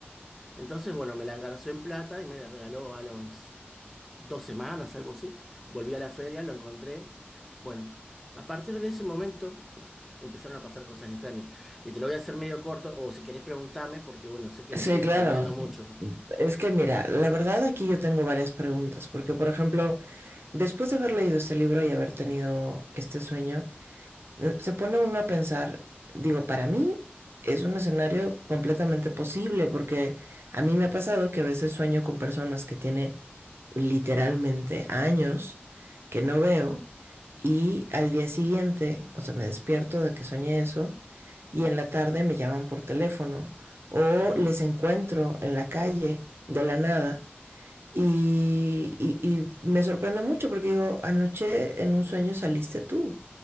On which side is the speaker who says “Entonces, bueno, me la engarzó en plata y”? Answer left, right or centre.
Centre